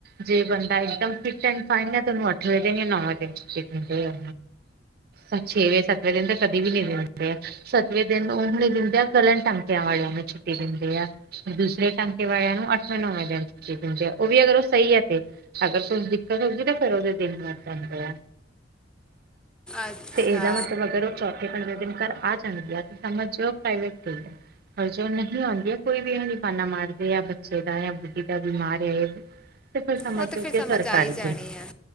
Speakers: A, on the right; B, in the centre.
A: ਜੇ ਬੰਦਾ ਇਕਦਮ ਫਿੱਟ ਐਡ ਫਾਈਨ, ਤਾਂ ਉਹਨੂੰ ਅੱਠਵੇਂ ਦਿਨ ਜਾਂ ਨੌਵੇਂ ਦਿਨ ਛੁੱਟੀ ਦਿੰਦੇ ਆਂ। ਔਰ ਛੇਵੇਂ ਸੱਤਵੇਂ ਦਿਨ ਤਾਂ ਕਦੇ ਵੀ ਨੀ। ਦਿੰਦੇ ਆਂ ਸੱਤਵੇਂ ਦਿਨ ਉਹ ਹੁਣੀ ਦਿੰਦੇ ਆ, ਇੱਕਲੇ ਟਾਂਕਿਆਂ ਵਾਲਿਆਂ ਨੂੰ ਛੁੱਟੀ ਦਿੰਦੇ ਆ। ਦੂਸਰੇ ਟਾਂਕੇ ਵਾਲਿਆਂ ਨੂੰ ਅੱਠਵੇਂ ਨੌਵੇਂ ਦਿਨ ਛੁੱਟੀ ਦਿੰਦੇ ਆ, ਉਹ ਵੀ ਅਗਰ ਉਹ ਸਹੀ ਐ ਤੇ। ਅਗਰ ਕੋਈ ਦਿੱਕਤ ਹੋਊਗੀ, ਤਾਂ ਫੇਰ ਉਹਦੇ ਦਿਨ ਵੱਧ ਜਾਂਦੇ ਆ।
B: ਅੱਛਾ
A: ਤੇ ਇਹਦਾ ਮਤਲਬ ਅਗਰ ਉਹ ਚੌਥੇ ਪੰਜਵੇਂ ਦਿਨ ਘਰ ਆ ਜਾਂਦੀ ਆ, ਤੇ ਸਮਝ ਲਓ ਪ੍ਰਾਈਵੇਟ ਗਈ ਐ। ਅਗਰ ਜੋ ਨਹੀਂ ਆਂਦੀ ਐ, ਕੋਈ ਵੀ ਇਹ ਨੀ ਬਾਨਾ ਮਾਰਦੇ ਆ, ਬੱਚੇ ਦਾ ਜਾਂ ਬੁੱਢੀ ਦਾ ਬਿਮਾਰ ਏ ਤੇ ਫਿਰ ਸਮਝ
B: ਉਹ ਤਾਂ
A: ਲੋ
B: ਫਿਰ
A: ਕਿ
B: ਸਮਝ
A: ਸਰਕਾਰੀ
B: ਆ ਹੀ ਜਾਣੀ
A: ਗਈ।
B: ਆ